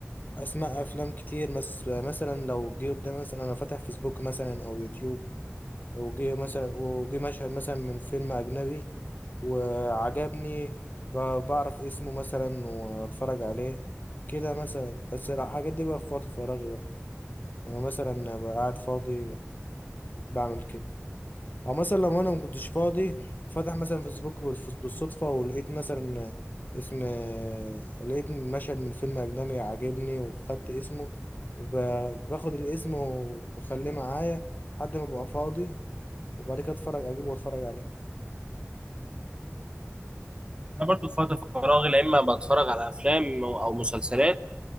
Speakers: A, on the left (about 40°); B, on the right (about 20°).
A: اسماء افلام كتير بس مثلا لو جه قدامي مثلا انا فاتح فيسبوك مثلا او يوتيوب وجه مثلا وجه مشهد مثلا من فيلم اجنبي وعجبني ب- بعرف اسمه مثلا واتفرج عليه كده مثلا بس الحاجات دي بقى في وقت فراغي بقى لو مثلا بقى قاعد فاضي بعمل كده او مثلا لو انا ما كنتش فاضي فاتح مثلا فيسبوك بالف- بالصدفه ولقيت مثلا اسم لقيت مشهد من فيلم اجنبي عاجبني وخدت اسمه ب- باخد الاسم و- واخليه معايا لحد ما ابقى فاضي وبعد كده اتفرج اجيبه واتفرج عليه
B: انا برضو في وقت فراغي لا اما بتفرج على افلام او مسلسلات